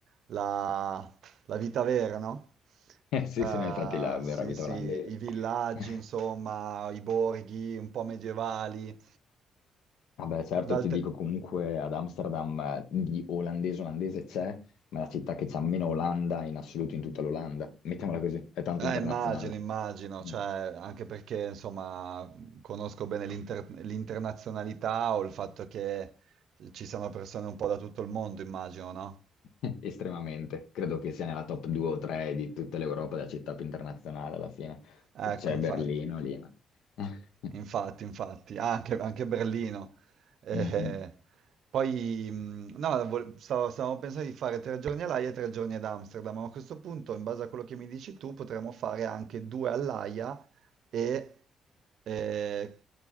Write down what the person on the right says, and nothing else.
la, la vita vera, no?
Eh,
sì,
sì,
i villaggi,
insomma, i borghi un po' medievali.
D'altre
Eh,
immagino, immagino, cioè,
anche perché insomma conosco bene l'inter- l'internazionalità o il fatto che ci siano persone un po' da tutto il mondo, immagino, no?
Ecco,
infatti.
Infatti, infatti, Ah, anche, anche Berlino. Eh,
poi, mh, no, vol- stavo- stavamo pensando di fare tre giorni all'Aia e tre giorni ad Amsterdam, ma a questo punto, in base a quello che mi dici tu, potremmo fare anche due all'Aia e eh,